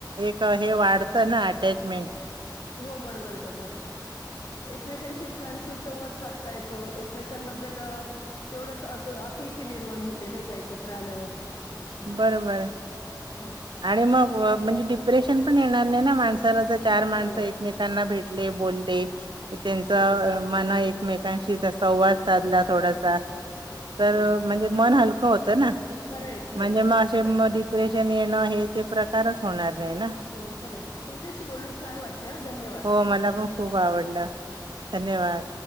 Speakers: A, on the right; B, on the left.
A: एक हे वाढतं ना अटॅचमेंट
B: हो बरोबर आहे बरोबर एकमेकांशी छान सुसंवाद साधता येतो एकमेकांबद्दल तेवढंच आपुलकी निर्माण होत ते नाही काय एकत्र आल्यावर ह
A: बर बर
B: हा
A: आणि मग म्हणजे डिप्रेशन पण ये न ना मा चार
B: हा बरोबर
A: माणस एकमेकांना भेटले बोलले त्यांच
B: हो
A: मन एकमे त्यांशी संवाद साधला थोडासा तर
B: हो
A: म्हणजे मन हल होतं ना
B: खरंय खरंय
A: म्हणजे मासेे
B: छ
A: िप्रेशन येण हे ते प्रकारच होणार नाही ना
B: हो खरे तुमच्याशी बोलून छान वाटल्या धन्यवाद
A: हो मला पण खूप आवडलं धन्यवाद